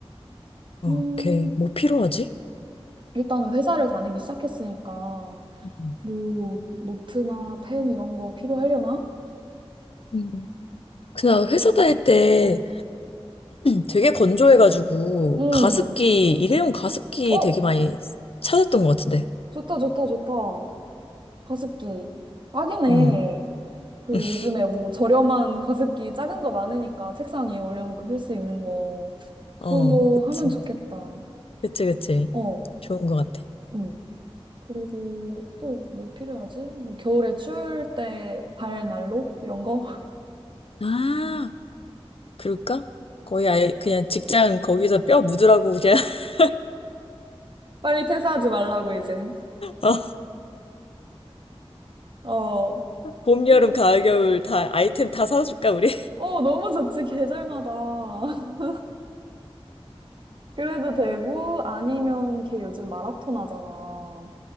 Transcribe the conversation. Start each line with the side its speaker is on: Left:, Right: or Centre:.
Left: 어,
Right: 음,
Left: 오케이. 뭐 필요하지?
Right: 일단은 회사를 다니기 시작했으니까,
Left: 음.
Right: 뭐, 노트나 펜 이런 거 필요하려나?
Left: 음. 그냥 회사 다닐 때 되게 건조해가지고
Right: 음.
Left: 가습기, 일회용 가습기
Right: 어,
Left: 되게 많이 찾았던 것 같은데.
Right: 좋다, 좋다, 좋다. 가습기. 딱이네.
Left: 음.
Right: 그
Left: <laughs>
Right: 요즘에 뭐 저렴한 가습기 작은 거 많으니까 책상 위에 올려놓고 쓸 수 있는 거.
Left: 어,
Right: 그런 거
Left: 그치.
Right: 하면 좋겠다.
Left: 그치, 그치.
Right: 어,
Left: 좋은 것 같아.
Right: 음. 그리고 또 뭐 필요하지? 뭐 겨울에 추울 때 발난로? 이런 거? <laughs>
Left: 아, 그럴까? 거의 아예 그냥 직장 거기서 뼈 묻으라고 그냥 <laughs>
Right: 빨리 퇴사하지 말라고 이제.
Left: 어,
Right: 어.
Left: 봄,
Right: 그,
Left: 여름, 가을, 겨울 다 아이템 다 사줄까 우리?
Right: 어, 너무 좋지, 계절마다. <laughs> 그래도 되고, 아니면 걔 요즘 마라톤 하잖아.